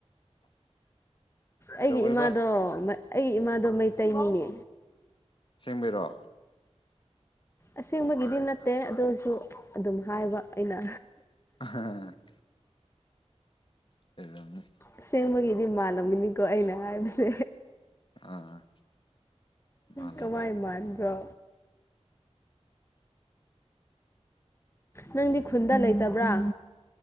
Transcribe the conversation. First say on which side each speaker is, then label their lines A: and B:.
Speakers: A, on the left; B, on the left.
A: ꯀꯩꯗꯧꯋꯦꯕ
B: ꯑꯩꯒꯤ ꯏꯃꯥꯗꯣ ꯑꯩꯒꯤ ꯏꯃꯥꯗꯣ ꯃꯩꯇꯩꯅꯤꯅꯦ
A: ꯑꯁꯦꯡꯕꯩꯔꯣ
B: ꯑꯁꯦꯡꯕꯒꯤꯗꯤ ꯅꯠꯇꯦ ꯑꯗꯨꯏꯁꯨ ꯑꯗꯨꯝ ꯍꯥꯏꯕ ꯑꯩꯅ
A: <unintelligible> <unintelligible>
B: ꯑꯁꯦꯡꯕꯒꯤꯗꯤ ꯃꯥꯥꯟꯂꯝꯒꯅꯤꯀꯣ ꯑꯩꯅ ꯍꯥꯏꯕꯁꯦ
A: ꯑꯥ ꯃꯥꯜꯂꯦꯗ
B: ꯀꯃꯥꯏ ꯃꯥꯟꯕ꯭ꯔꯣ ꯅꯪꯗꯤ ꯈꯨꯟꯗ ꯂꯩꯇꯕ꯭ꯔꯥ